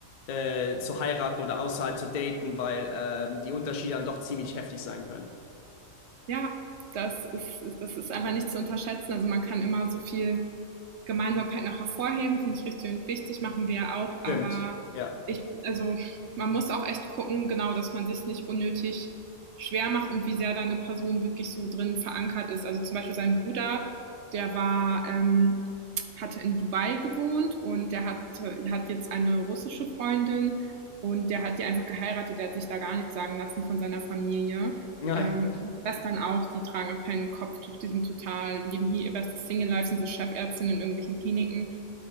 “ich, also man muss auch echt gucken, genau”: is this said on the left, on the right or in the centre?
Right